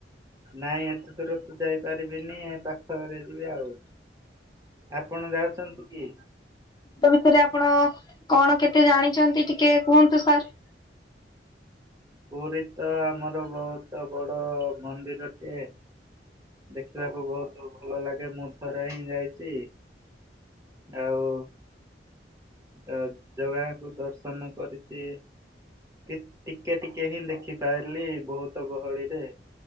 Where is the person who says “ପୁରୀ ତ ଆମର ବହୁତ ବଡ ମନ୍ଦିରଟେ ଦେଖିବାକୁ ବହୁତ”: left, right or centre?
Right